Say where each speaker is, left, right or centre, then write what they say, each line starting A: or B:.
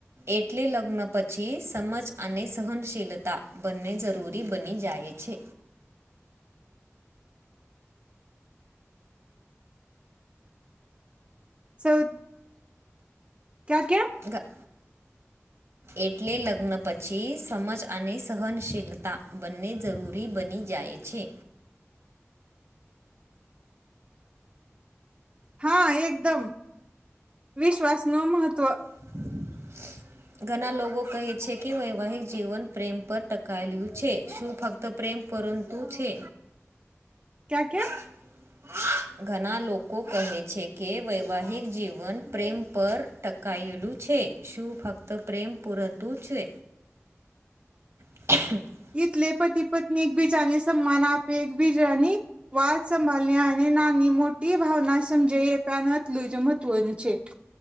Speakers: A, on the right; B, on the right.
A: એટલે લગ્ન પછી સમજ અને સહનશીલતા બને જરૂરી બની જાય છે.
B: સૌ ક્યા-ક્યા
A: ગા એટલે લગ્ન પછી સમજ અને સહનશીલતા બંને જરૂરી થી બની જાય છે.
B: હા એકદમ વિશ્વાસ નો મહત્વ
A: <unintelligible> ઘણા લોકો કહે છે કે વૈવાહિક જીવન પ્રેમ પર ટકાયેલું છે. શું ફક્ત પ્રેમ પરંતુ છે?
B: ક્યા? ક્યા?
A: <unintelligible> ઘણા લોકો કહે છે કે વૈવાહિક જીવન પ્રેમ પર ટકેલુ ટકાયેલું છે શું ફક્ત પ્રેમ પૂરતું છે? <unintelligible>
B: એટલે પતિ પત્ની એકબીજા ની સન્માન આપે, એકબીજાની વાત સંભાળને અને નાની મોટી ભાવના સમજાય એટલું જ મહત્વનું છે.